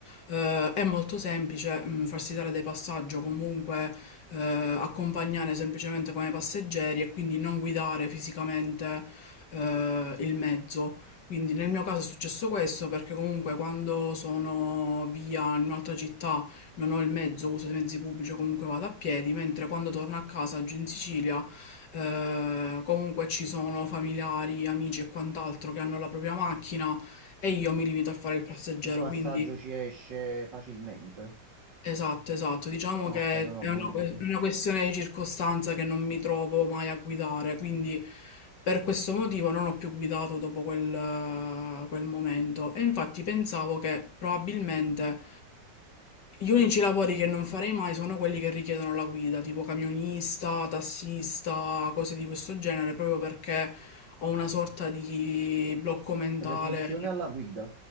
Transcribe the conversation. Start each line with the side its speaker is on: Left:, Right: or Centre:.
Left: eh, è molto semplice mh, farsi dare dei passaggi o comunque eh, accompagnare semplicemente come passeggeri e quindi non guidare fisicamente eh, il mezzo. Quindi nel mio caso è successo questo perché comunque quando sono via in un'altra città non ho il mezzo, uso i mezzi pubblici o comunque vado a piedi, mentre quando torno a casa giù in Sicilia eh, comunque ci sono familiari, amici e quant'altro che hanno la propria macchina e io mi limito a fare il passeggero,
Right: Un passaggio
Left: quindi
Right: ci esce facilmente.
Left: Esatto, esatto. Diciamo
Right: Ah,
Left: che
Right: Ok, no, no,
Left: è
Right: buono
Left: una,
Right: così.
Left: que- una questione di circostanza che non mi trovo mai a guidare, quindi per questo motivo non ho più guidato dopo quel, eh, quel momento. E infatti pensavo che probabilmente gli unici lavori che non farei mai sono quelli che richiedono la guida, tipo camionista, tassista, cose di questo genere, proprio perché ho una sorta di blocco mentale.
Right: Repulsione alla guida.